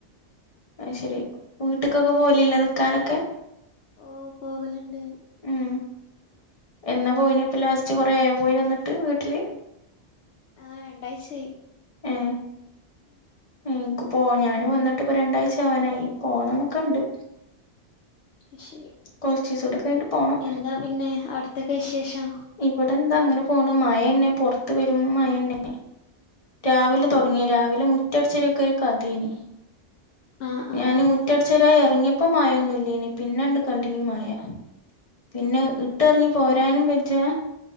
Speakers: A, on the left; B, on the left.
A: അഅ് ശരി വീട്ട്ക്കൊക്കെ പോവലില്ലേ നിക്കാനൊക്കെ
B: ഓ പോകല്ണ്ട്.
A: ഉം എന്നാ പോയിനി ഇപ്പ ലാസ്റ്റ് കൊറേ ആയൊ പോയി വന്നിട്ട് വീട്ടില്
B: ആഹ് രണ്ടാഴ്ചായി
A: ഏഹ്
B: ഉം
A: ഇൻക്ക് പോ ഞാനും വന്നിട്ട് ഇപ്പോ രണ്ടാഴ്ച അവാനായി പോണംന്നൊക്കെ ഇണ്ട്
B: അഹ് ശരി
A: കൊറ്ചീസൂടി കഴി്ഞ്ഞിട്ട് പോണം
B: എന്താ പിന്നെ അവിടത്തൊക്കെ വിശേഷം
A: ഇവിടെന്താ അങ്ങനെ പോണ് മഴന്നെ പുർത്ത് പെരും മഴന്നെ രാവിലെ തൊടങ്ങിയ രാവിലെ മുറ്റട്ച്ചരിക്കൊരു കഥേനി
B: ആഹ്
A: ഞന്
B: ആഹ്
A: മുറ്റട്ച്ചരാൻ ഇറങ്ങിയപ്പോ മയൊന്നുല്ല്യേനി പിന്നെണ്ട് കണ്ടീനി മയ പിന്നെ
B: ഉം
A: ഇട്ടറിഞ് പോരാനും വെജ്ജ